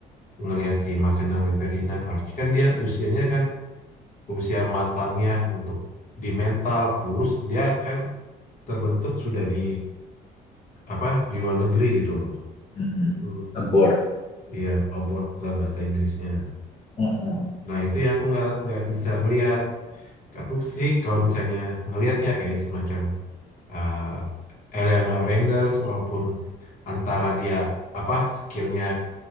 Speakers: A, on the left; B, on the left.
A: ngelihat si Marcelo Ferdinand, harusnya kan dia usianya kan usia matangnya untuk di mental plus dia kan terbentuk sudah di apa di luar negeri gitu loh.
B: mm -mm,
A: Itu,
B: abroad
A: iya, abroad lah bahasa Inggrisnya.
B: mm -mm.
A: Nah itu ya aku nggak nggak bisa ngelihat. Aku sih kalau misalnya ngelihatnya kayak semacam eh Eleanor Renders walaupun antara dia apa skillnya